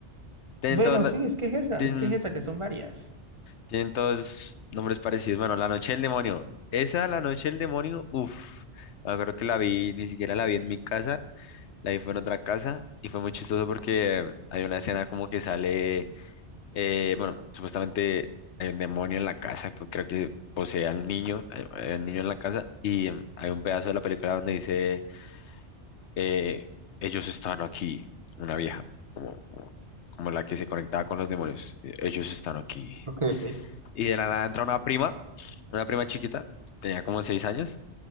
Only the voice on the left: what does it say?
Tienen
todos, la-
tienen,
tienen todos nombres parecidos. Bueno, La Noche del Demonio. Esa, La Noche del Demonio, uff, me acuerdo que la vi, ni siquiera la vi en mi casa, la vi fue en otra casa y fue muy chistoso porque hay una escena como que sale, eh, bueno, supuestamente hay un demonio en la casa, pues, creo que posee al niño, hay hay un niño en la casa y em, hay un pedazo de la película donde dice... eh, ellos están aquí, una vieja, como, como, como la que se conectaba con los demonios, eh, ellos están aquí.
Y de la nada entra una prima, una prima chiquita, tenía como seis años,